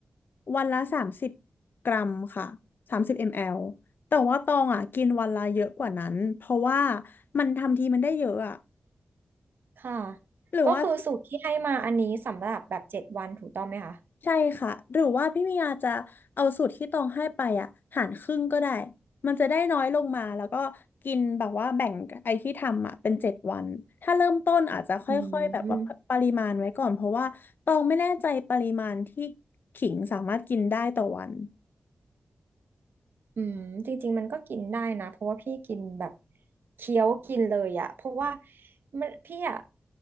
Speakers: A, on the left; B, on the right.
A: วันละสามสิบกรัมค่ะสามสิบมลลิลิตรแต่ว่าตองอะกินวันละเยอะกว่านั้นเพราะว่ามันทำทีมันได้เยอะอะ
B: ค่ะ
A: หรือว่า
B: ก็คือสูตรที่ให้มาอันนี้สำหรับแบบเจ็ดวันถูกต้องไหมคะ
A: ใช่ค่ะหรือว่าพี่มียาจะเอาสูตรที่ตองให้ไปอ่ะหารครึ่งก็ได้มันจะได้น้อยลงมาแล้วก็กินแบบว่าแบ่งไอ้ที่ทำอ่ะเป็นเจ็ดวันถ้าเริ่มต้นอาจจะค่อยๆแบบว่าปริมาณไว้ก่อนเพราะว่าตองไม่แน่ใจปริมาณที่
B: อืม
A: ขิงสามารถกินได้ต่อวัน
B: อืมจริงๆมันก็กินได้นะเพราะว่าพี่กินแบบเคี้ยวกินเลยอะเพราะว่ามันพี่อะ